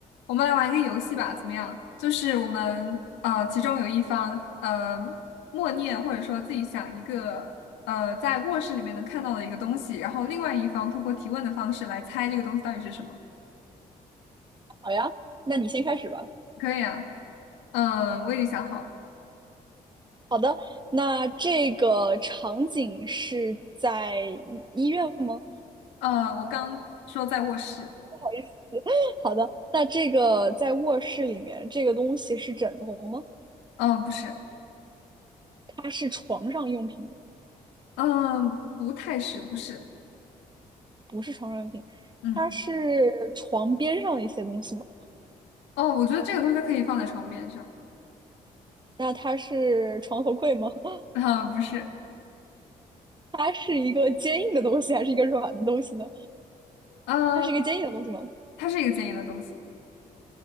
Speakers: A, on the left; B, on the right.
A: 我们来玩一个游戏吧，怎么样？就是我们呃，其中有一方呃默念或者说自己想一个呃在卧室里面能看到的一个东西，然后另外一方通过提问的方式来猜这个东西到底是什么。
B: 好呀，那你先开始吧。
A: 可以啊，嗯、我已经想好了，
B: 好的，那这个场景是在医医院吗？
A: 呃，我刚说在卧室，
B: 不好意思，<laughs> 好的，那这个在卧室里面，这个东西是枕头吗？
A: 嗯、不是，
B: 它是床上用品吗？
A: 嗯、不太是，不是，
B: 不是床上用品，
A: 嗯，
B: 它是床边上的一些东西吗？
A: 哦，我觉得这个东西它可以放在床边上，
B: 那它是床头柜吗？<laughs>
A: 啊、不是，
B: 它是一个坚硬的东西还是一个软的东西呢？
A: 嗯、
B: 它是一个坚硬的东西吗？
A: 它是一个坚硬的东西，